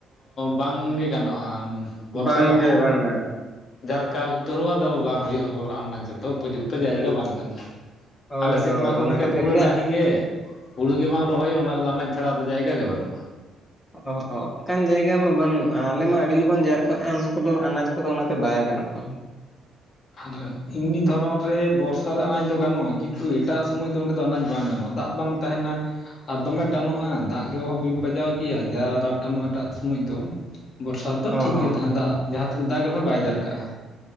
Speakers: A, on the left; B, on the left.
A: ᱵᱟᱝ ᱜᱮ ᱜᱟᱱᱚᱜᱼᱟ ᱵᱚᱨᱥᱟ
B: ᱵᱟᱝᱜᱮ
A: ᱨᱮᱦᱚᱸ?
B: ᱵᱟᱝᱟ
A: ᱡᱟᱨᱠᱟᱶ ᱩᱛᱟᱹᱨᱚᱜ-ᱟ ᱫᱚ ᱵᱟᱝ ᱦᱩᱭᱩᱜ-ᱟ ᱵᱚᱨ ᱫᱚ ᱩᱯᱚᱡᱩᱠᱛᱚ ᱡᱟᱭᱜᱟ ᱵᱟᱝ ᱠᱟᱱᱟ
B: ᱦᱳᱭ
A: ᱟᱞᱮ ᱥᱮᱫ
B: ᱦᱳᱭ
A: ᱢᱟ ᱜᱚᱢᱠᱮ
B: ᱚᱱᱟ ᱠᱷᱟᱹᱛᱤᱨ
A: ᱯᱩᱨᱟᱹ ᱰᱟᱦᱤ ᱜᱮ ᱦᱩᱲᱩ ᱜᱮ ᱵᱟᱝ ᱨᱚᱦᱚᱭᱚᱜ-ᱟ ᱚᱱᱟ ᱠᱚᱫᱚ ᱟᱱᱟᱡᱽ ᱪᱷᱟᱲᱟ ᱫᱚ ᱡᱟᱭᱜᱟ ᱜᱮ ᱵᱟᱹᱱᱩᱜ-ᱟ
B: ᱚ ᱚᱱᱠᱟᱱ ᱡᱟᱭᱜᱟ ᱢᱟ ᱵᱟᱹᱱᱩᱜ-ᱟ ᱟᱞᱮ ᱢᱟ ᱟᱹᱰᱤ ᱞᱚᱜᱚᱱ ᱡᱟᱨᱠᱟᱜ-ᱟ ᱚᱱᱟ ᱠᱚᱫᱚ ᱟᱱᱟᱡᱽ ᱠᱚᱫᱚ ᱚᱱᱟᱛᱮ ᱵᱟᱭ ᱜᱟᱱᱚᱜ-ᱟ
A: ᱟᱫᱚ ᱮᱢᱱᱤ ᱫᱷᱚᱨᱚᱱ ᱨᱮ ᱵᱚᱨᱥᱟ ᱨᱮ ᱟᱱᱟᱡᱽ ᱫᱚ ᱜᱟᱱᱚᱜ-ᱟ ᱠᱤᱱᱛᱩ ᱮᱴᱟᱜ ᱥᱚᱢᱚᱭ ᱫᱚ ᱚᱸᱰᱮ ᱫᱚ ᱟᱱᱟᱡᱽ ᱵᱟᱝ ᱜᱟᱱᱚᱜ-ᱟ ᱫᱟᱜ ᱵᱟᱝ ᱛᱟᱦᱮᱱᱟ ᱟᱨ ᱫᱚᱢᱮ ᱴᱟᱱᱚᱜ-ᱟ ᱫᱟᱜ ᱜᱮᱦᱚᱸ ᱵᱟᱹᱧ ᱵᱟᱡᱟᱣ ᱜᱮᱭᱟ ᱫᱟᱜ ᱴᱟᱱᱚᱜ-ᱟ ᱮᱴᱟᱜ ᱥᱚᱢᱚᱭ ᱫᱚ ᱵᱚᱨᱥᱟ ᱫᱚ
B: ᱚ
A: ᱴᱷᱤᱠ
B: ᱦᱚᱸ
A: ᱜᱮ ᱛᱟᱦᱮᱱᱟ ᱫᱟᱜ ᱡᱟᱦᱟᱸ ᱛᱤᱱᱟᱹᱜ ᱫᱟᱜ ᱨᱮᱦᱚᱸ ᱵᱟᱭ ᱡᱟᱨᱠᱟᱜᱼᱟ᱾